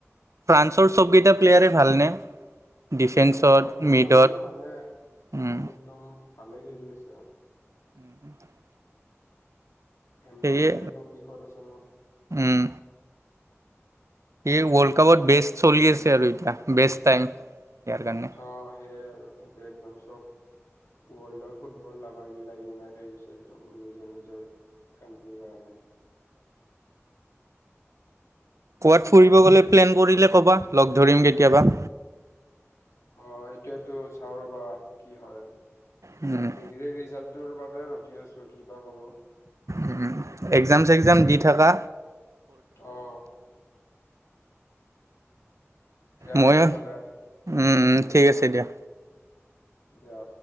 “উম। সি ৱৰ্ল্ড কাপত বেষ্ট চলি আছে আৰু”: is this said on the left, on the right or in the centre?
Right